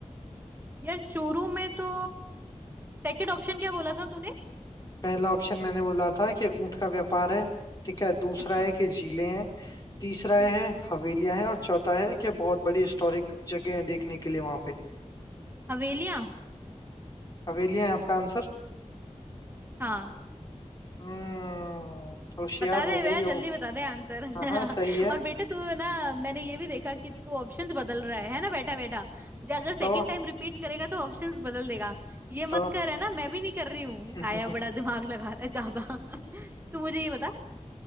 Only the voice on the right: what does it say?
यार चोरू में तो सेकंड ऑप्शन क्या बोला था तूने
अच्छा
हम्म
हवेलियां
हाँ
बता
दे
भैया
जल्दी बता दे आंसर <laughs>
और बेटा तू है ना मैंने ये भी देखा कि तू ऑप्शंस बदल रहा है है ना बेटा बेटा जो अगर सेकंड
टाइम रिपीट करेगा तो ऑप्शंस बदल देगा ये
मत कर है ना मैं भी नहीं कर रही हूँ
आया बड़ा दिमाग लगा रहा है ज्यादा <laughs> तू मुझे ये बता